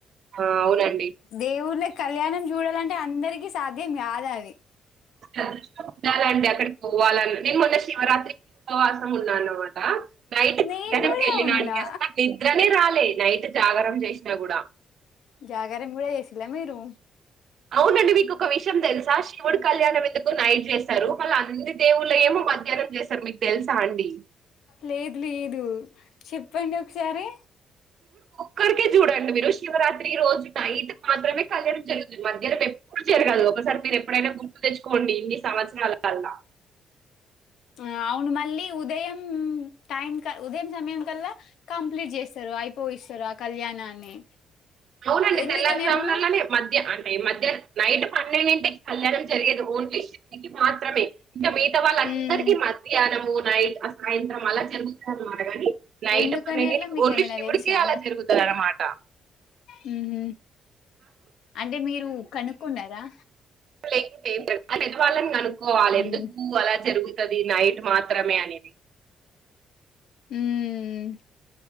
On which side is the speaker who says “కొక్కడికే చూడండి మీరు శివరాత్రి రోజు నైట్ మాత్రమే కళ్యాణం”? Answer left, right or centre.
Right